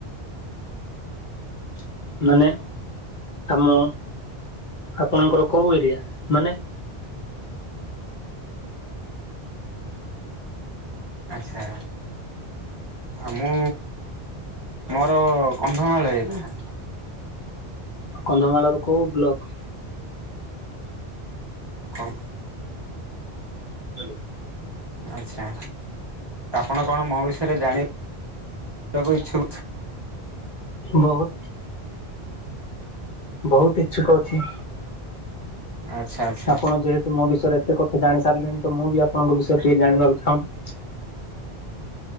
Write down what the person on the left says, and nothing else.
ମାନେ ଆମ ଆପଣଙ୍କର କୋଉ ଏରିଆ ମାନେ
କନ୍ଧମାଳର କୋଉ ବ୍ଲକ?
ହାଲୋ।
ବୋହୁତ ବୋହୁତ ଇଚ୍ଛୁକ ଅଛି।
ଆପଣ ଯେହେତୁ ମୋ ବିଷୟରେ ଏତେ କଥା ଜାଣି ସାରିଲେଣି ତ ମୁଁ ବି ଆପଣଙ୍କ ବିଷୟରେ ଟିକେ ଜାଣିବାକୁ ଚାହୁଁଚି।